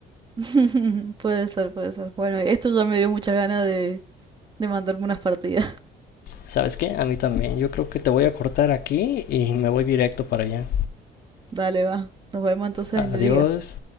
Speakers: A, on the right; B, on the left.
A: <laughs> Puede ser, puede ser. Bueno, esto ya me dio muchas ganas de, de mandarme unas partidas.
B: ¿Sabes qué? A mí también. Yo creo que te voy a cortar aquí y me voy directo para allá.
A: <laughs> Dale, va. Nos vemos entonces
B: Adiós.
A: en la liga.